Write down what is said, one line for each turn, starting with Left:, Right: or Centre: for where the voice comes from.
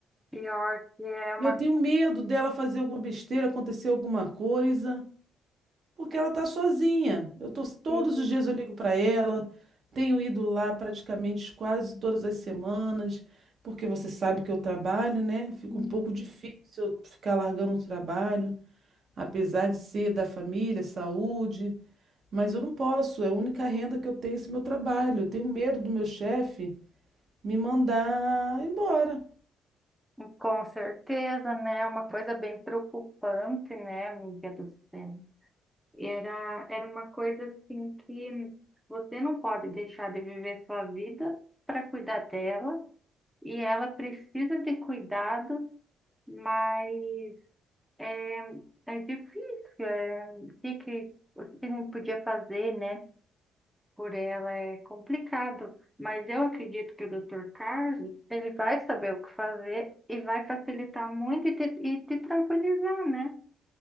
Centre: Pior que é uma
Right: E eu tenho medo dela fazer alguma besteira, acontecer alguma coisa, porque
Centre: coisa
Right: ela está sozinha. Eu tô todos
Centre: que,
Right: os dias eu ligo para ela, tenho ido lá praticamente quase todas as semanas, porque você sabe que eu trabalho, né? Fica
Centre: hum,
Right: um pouco difícil eu ficar largando o trabalho, apesar de ser da família, saúde, mas eu não posso, é a única renda que eu tenho esse meu trabalho. Eu tenho medo do meu chefe me mandar embora.
Centre: com certeza, né? Uma coisa bem preocupante, né, amiga do céu? Era, era uma coisa assim que você não pode deixar de viver sua vida para cuidar dela, e ela precisa de cuidados, mas é, é difícil. É, o que, que, o que que a gente podia fazer, né? por ela é complicado, mas eu acredito que o Dr. Carlos, ele vai saber o que fazer e vai facilitar muito e te, e te tranquilizar, né?